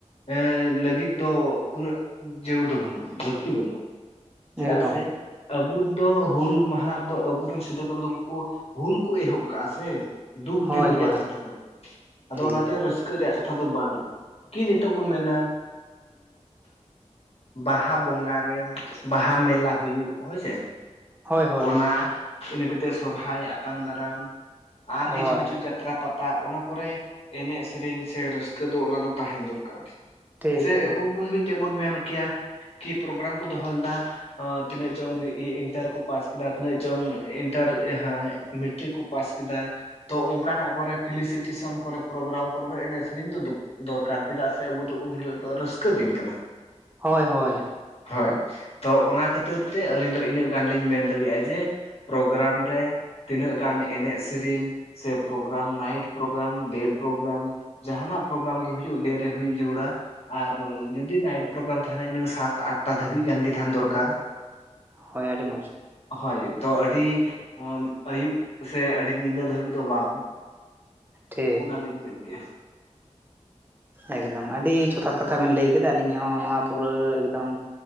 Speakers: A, on the left; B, on the right.
A: ᱮᱸ ᱞᱟᱹᱜᱤᱫ ᱫᱚ ᱩᱱᱟᱹᱜ ᱡᱟᱹᱨᱩᱲ ᱫᱚ ᱵᱟᱹᱱᱩᱜᱼᱟ ᱞᱟᱹᱠᱛᱤ ᱵᱟᱹᱱᱩᱜᱼᱟ᱾ ᱪᱮᱫᱟᱜ
B: ᱮᱠᱫᱚᱢ
A: ᱥᱮ ᱟᱵᱩ ᱫᱚ ᱦᱩᱞ ᱢᱟᱦᱟ ᱨᱮᱫᱚ ᱟᱵᱩᱨᱮᱱ ᱥᱤᱫᱩ ᱠᱟᱹᱱᱩ ᱛᱟᱹᱠᱩ ᱠᱚ ᱦᱩᱞ ᱠᱚ ᱮᱦᱚᱵ ᱠᱟᱜᱼᱟ ᱥᱮ᱾ ᱫᱩᱠ
B: ᱦᱳᱭ
A: ᱫᱤᱱ ᱨᱮᱭᱟᱜ
B: ᱦᱳᱭ
A: ᱠᱟᱛᱷᱟ ᱠᱟᱱᱟ ᱟᱫᱚ
B: ᱴᱷᱤᱠ
A: ᱚᱱᱟᱛᱮ ᱨᱟᱹᱥᱠᱟᱹ ᱨᱮᱭᱟᱜ ᱠᱟᱛᱷᱟ ᱫᱚ ᱵᱟᱝ᱾ ᱠᱤ ᱱᱤᱛᱚᱜ ᱵᱚᱱ ᱢᱮᱱᱟ ᱵᱟᱦᱟ ᱵᱚᱸᱜᱟ ᱨᱮ ᱵᱟᱦᱟ ᱢᱮᱞᱟ ᱦᱩᱭᱩᱜ ᱦᱳᱭ ᱥᱮ᱾
B: ᱦᱳᱭ ᱦᱳᱭ
A: ᱚᱱᱟ ᱤᱱᱟᱹ ᱠᱟᱛᱮ ᱥᱚᱨᱦᱟᱭ ᱟᱛᱟᱝ ᱫᱟᱨᱟᱢ ᱟᱨ
B: ᱦᱳᱭ
A: ᱠᱤᱪᱷᱩ ᱠᱤᱪᱷᱮ ᱡᱟᱛᱨᱟ ᱯᱟ ᱛᱟ ᱚᱱᱟ ᱠᱚᱨᱮ ᱮᱱᱮᱡ ᱥᱮᱨᱮᱧ ᱥᱮ ᱨᱟᱹᱥᱠᱟᱹ ᱫᱚ ᱚᱱᱟ ᱫᱚ ᱛᱟᱦᱮᱱ ᱫᱚᱨᱠᱟᱨ
B: ᱴᱷᱤᱠ
A: ᱥᱮ
B: ᱴᱷᱤᱠ
A: ᱟᱵᱚ ᱵᱚᱱ ᱢᱤᱫᱴᱮᱡ ᱵᱚᱱ ᱢᱮᱱ ᱠᱮᱭᱟ ᱠᱤ ᱯᱨᱳᱜᱨᱟᱢ ᱠᱚ ᱫᱚᱦᱚ ᱞᱮᱫᱟ ᱛᱤᱱᱟᱹᱜ ᱪᱚᱝ ᱤᱱᱴᱟᱨ ᱠᱚ ᱯᱟᱥ ᱠᱮᱫᱟ ᱛᱤᱱᱟᱹᱜ ᱪᱚᱝ ᱤᱱᱴᱟᱨ ᱢᱮᱴᱨᱤᱠ ᱠᱚ ᱯᱟᱥ ᱠᱮᱫᱟ ᱛᱚ ᱚᱸᱠᱟ ᱱᱟᱜ ᱠᱚᱨᱮ ᱯᱷᱤᱞᱤ ᱥᱤᱴᱤᱥᱚᱱ ᱠᱚᱨᱮ ᱯᱨᱳᱜᱨᱟᱢ ᱠᱚᱨᱮ ᱮᱱᱮᱡ ᱥᱮᱨᱮᱧ ᱫᱚ ᱫᱚ- ᱫᱚᱨᱠᱟᱨ ᱪᱮᱫᱟᱜ ᱥᱮ ᱟᱵᱚ ᱫᱚ ᱩᱱ ᱦᱤᱞᱳᱜ ᱫᱚ ᱨᱟᱹᱥᱠᱟᱹ ᱫᱤᱱ ᱠᱟᱱᱟ᱾
B: ᱦᱳᱭ ᱦᱳᱭ᱾
A: ᱦᱳᱭ, ᱛᱚ ᱚᱱᱟ ᱠᱷᱟᱹᱛᱤᱨ ᱛᱮ ᱟᱹᱞᱤᱧ ᱫᱚ ᱤᱱᱟᱹᱜ ᱜᱟᱱ ᱞᱤᱧ ᱢᱮᱱ ᱫᱟᱲᱤᱜᱼᱟ ᱡᱮ ᱯᱨᱳᱜᱨᱟᱢ ᱨᱮ ᱛᱤᱱᱟᱹᱜ ᱜᱟᱱ ᱮᱱᱮᱜ ᱥᱮᱨᱮᱧ ᱥᱮ programme night programme day programme ᱡᱟᱦᱟᱸᱱᱟᱜ ᱯᱨᱳᱜᱨᱟᱢ ᱜᱮ ᱦᱩᱭᱩᱜᱼᱟ ᱰᱮ ᱨᱮ ᱦᱩᱭᱩᱜ ᱡᱟᱹᱨᱩᱲᱟ, ᱟᱨᱻᱨ ᱡᱩᱫᱤ ᱱᱟᱹᱭᱤᱴ ᱯᱨᱳᱜᱨᱟᱢ ᱛᱟᱦᱮᱸᱱᱟ ᱤᱱᱟᱹ ᱥᱟᱛ ᱟᱴ ᱴᱟ ᱫᱷᱟᱹᱵᱤᱡ ᱜᱟᱱ ᱜᱮ ᱛᱟᱦᱮᱸᱱ ᱫᱚᱨᱠᱟᱨ᱾
B: ᱦᱳᱭ ᱟᱹᱰᱤ ᱢᱚᱡᱽ᱾
A: ᱦᱳᱭ ᱛᱚ ᱟᱹᱰᱤ ᱦᱚᱸ ᱟᱹᱭᱩᱵ ᱥᱮ ᱟᱹᱰᱤ ᱧᱤᱫᱟᱹ ᱫᱷᱟᱹᱵᱤᱡ ᱫᱚ ᱵᱟᱝ,
B: ᱴᱷᱤᱠ
A: ᱚᱱᱟ ᱞᱤᱧ ᱢᱮᱱ ᱠᱮᱜᱼᱟ᱾
B: ᱮᱠᱫᱚᱢ ᱟᱹᱰᱤ ᱡᱚᱛᱷᱟᱛ ᱠᱟᱛᱷᱟ ᱵᱤᱱ ᱞᱟᱹᱭ ᱠᱮᱫᱟ ᱟᱹᱞᱤᱧ ᱦᱚᱸ ᱱᱚᱣᱟ ᱯᱩᱨᱟᱹ ᱮᱠᱫᱚᱢ